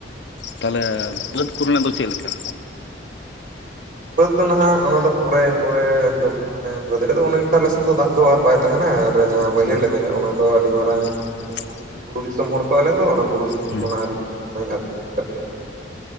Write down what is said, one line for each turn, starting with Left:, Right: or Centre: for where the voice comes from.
Left: ᱛᱟᱦᱚᱞᱮ
Right: ᱦᱩᱸ
Left: ᱵᱟᱫᱽ ᱠᱚᱨᱮᱱᱟᱜ ᱫᱚ ᱪᱮᱫ ᱞᱮᱠᱟ?
Right: ᱵᱟᱹᱫᱽ ᱫᱚ ᱱᱟᱦᱟᱸᱜ ᱚᱱᱟ ᱫᱚ ᱯᱚᱨᱮ ᱯᱚᱨᱮ ᱢᱟᱱᱮ ᱵᱟᱹᱫᱽ ᱨᱮᱫᱚ ᱚᱱᱮ ᱮᱠᱴᱟ ᱟᱞᱮ ᱥᱮᱱ ᱫᱚ ᱫᱟᱜ ᱫᱚ ᱟᱨ ᱵᱟᱭ ᱛᱟᱦᱮᱸᱱᱟ ᱟᱨ ᱡᱟᱦᱟᱸ ᱵᱟᱹᱭᱦᱟᱹᱲ
Left: ᱦᱩᱸ
Right: ᱞᱮ ᱢᱮᱱᱮᱫ ᱚᱱᱟ ᱫᱚ ᱟᱹᱰᱤ ᱢᱟᱨᱟᱝ
Left: <inaudible> <inaudible>
Right: ᱵᱩᱨᱩ ᱵᱩᱨᱩ ᱫᱤᱥᱚᱢ ᱦᱚᱲ ᱛᱚ ᱟᱞᱮᱫᱚ ᱚᱱᱟ ᱵᱩᱨᱩ
Left: ᱦᱩᱸ
Right: ᱠᱷᱚᱱᱟᱜ ᱟᱹᱰᱤ ᱪᱮᱦᱟ ᱟᱹᱛᱩ ᱦᱮᱡ ᱠᱟᱛᱮᱫ